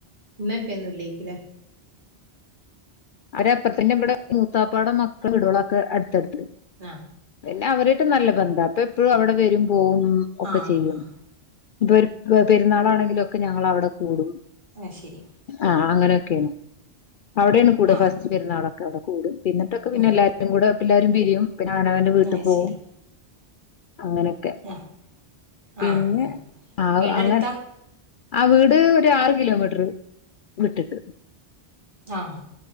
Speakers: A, on the right; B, on the left.
A: ഇന്നിപ്പയെന്നും ഇല്ലേക്കുല്ലേ
B: അവരാപ്പാർത്തന്നെ ഇവിടെ മൂത്താപ്പട മക്കൾ വീടുകളൊക്കെ അടുത്തടുത്ത്
A: ആ
B: പിന്നെ അവരായിട്ട് നല്ല ബന്ധ പ്പൊ എപ്പഴും അവിടെ വരും പോം ഒക്കെ
A: ആഹ്
B: ചെയ്യും
A: ആഹ്
B: ഇപ്പൊ ഒരു പെരുന്നാളാണെങ്കിലൊക്കെ ഞങ്ങള് അവിടെ കൂടും
A: അത് ശരി
B: ആ അങ്ങനൊക്കേണ് അവിടെണ് കൂടെ
A: ആഹ്
B: ഫസ്റ്റ് പെരുന്നാളൊക്കെ അവി കൂടും പിന്നെത്തൊക്കെ പിന്നെ
A: ഉം
B: എല്ലാരും കൂടെ എല്ലാരും പിരിയും പിന്നെ അവനവന്റെ വീട്ടിൽ
A: അത്
B: പോകും
A: ശരി
B: അങ്ങനൊക്കെ
A: ആഹ്
B: പിന്നെ
A: ആഹ് ഉം
B: ആ
A: വീടെടുത്താ
B: അങ്ങെ ആ വീട് ഒരു ആറ് കിലോമീറ്റർ വിട്ടിട്ട്
A: ആഹ്